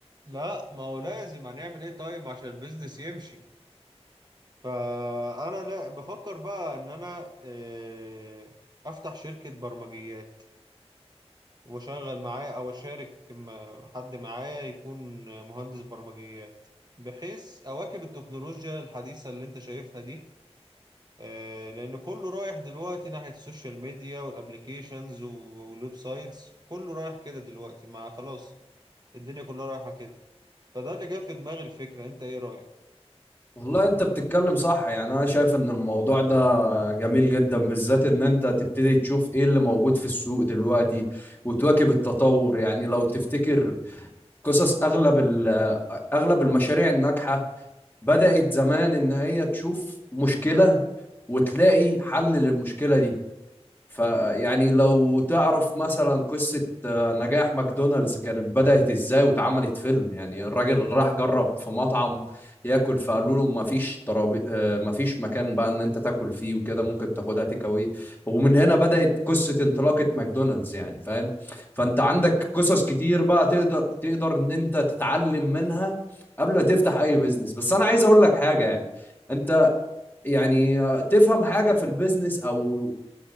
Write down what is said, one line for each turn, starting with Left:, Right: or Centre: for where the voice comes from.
Right: لا ما هو لازم هنعمل ايه طيب عشان البيزنس يمشي فانا لا بفكر بقى ان انا آه، افتح شركة برمجيات واشغل معاه او اشارك م- حد معايا يكون مهندس برمجيات بحيث اواكب التكنولوجيا الحديثة اللي انت شايفها دي آه، لان كله رايح دلوقتي ناحية السوشيال ميديا والابليكيشنز والويب سايتس كله رايح كده دلوقتي مع خلاص الدنيا كلها رايحة كده فده اللي جاب في دماغي الفكرة انت ايه رأيك
Left: والله انت بتتكلم صح يعني انا شايف ان الموضوع ده جميل جدا بالذات ان انت تبتدي تشوف ايه اللي موجود في السوق دلوقتي وتواكب التطور يعني لو تفتكر قصص اغلب ال- اغلب المشاريع الناجحة بدأت زمان ان هي تشوف مشكلة وتلاقي حل للمشكلة دي فيعني لو تعرف مثلا قصة آه، نجاح ماكدونالدز كانت بدأت ازاي واتعملت فيلم يعني الراجل راح جرب في مطعم ياكل فقالوا له مفيش ترابي آه، مفيش مكان بقى ان انت تاكل فيه وكده ممكن تاخدها تيك اواي ومن هنا بدأت قصة انطلاقة ماكدونالدز يعني فاهم فانت عندك قصص كتير بقى تقدر تقدر ان انت تتعلم منها قبل ما تفتح اي بيزنس بس انا عايز اقول لك حاجة يعني انت يعني آه، تفهم حاجة في البيزنس او